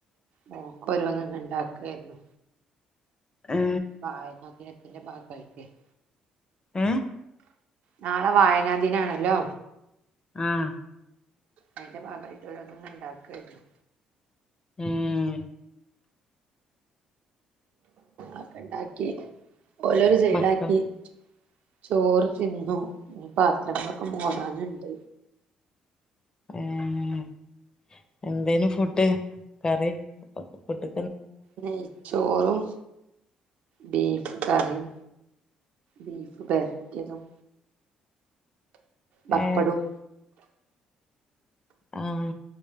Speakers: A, on the right; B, on the left.
A: മോൾക്കോരോന്നൊക്കെ ഇണ്ടാക്കായിരുന്നു.
B: ഏ
A: പായ പാത്രത്തിന്റെ ബാ <unintelligible>
B: ഏഹ്
A: നാളെ വായനാ ദിനാണല്ലോ
B: ആഹ്
A: അതിന്റെ ഭാഗമായിട്ട് ഓരോന്നിങ്ങനെ ഉണ്ടാക്കായിരുന്നു
B: ഉം
A: അതൊണ്ടാക്കി ഓരോരു സൈഡാക്കി
B: മക്കൾ
A: ച്ചു ചോറ് തിന്നു പാത്രങ്ങളൊക്കെ മോടാനുണ്ട്
B: ഏഹ് എന്തേനു ഫുഡ് കറി കുട്ടി
A: നെയ് ചോറും ബീഫ് കറിയും ബീഫ് പെരട്ടിയതും പപ്പടും
B: ഏ ആഹ്